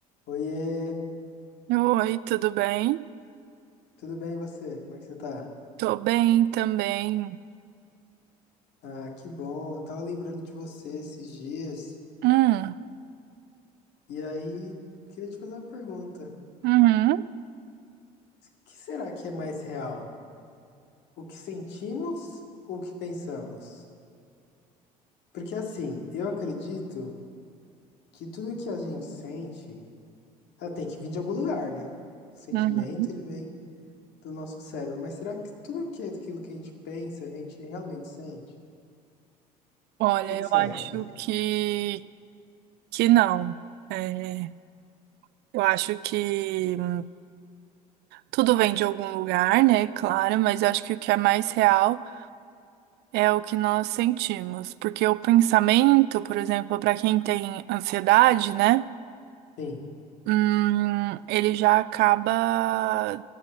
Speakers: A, on the left; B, on the right.
A: Oiê,
B: Oi, tudo bem?
A: tudo bem e você? Como é que você tá?
B: Tô bem também.
A: Ah, que bom. Eu tava lembrando de você esses dias
B: Hum,
A: e aí queria te fazer uma pergunta.
B: uhum,
A: O que será que é mais real? O que sentimos ou o que pensamos? Porque assim, eu acredito que tudo que a gente sente, ela tem que vir de algum lugar, né? O sentimento,
B: uhum.
A: ele vem do nosso cérebro. Mas será que tudo que é aquilo que a gente pensa, a gente realmente sente? O
B: Olha,
A: que que
B: eu
A: você
B: acho
A: acha?
B: que que não. É, eu acho que hum, tudo vem de algum lugar, né? Claro, mas eu acho que o que é mais real é o que nós sentimos, porque o pensamento, por exemplo, para quem tem ansiedade, né?
A: Sim.
B: Hum, ele já acaba